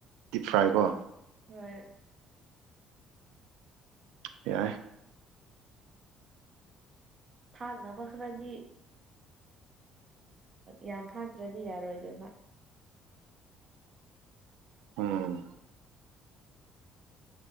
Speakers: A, on the right; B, on the right.
A: ꯗꯤꯞ ꯐ꯭ꯔꯥꯏꯀꯣ
B: ꯍꯣꯏ
A: ꯌꯥꯏ
B: ꯊꯥꯛꯅꯕ ꯈꯔꯗꯤ ꯌꯥꯝ ꯊꯥꯛꯇ꯭ꯔꯗꯤ ꯌꯥꯔꯣꯏꯗꯣꯏꯃ
A: ꯎꯝ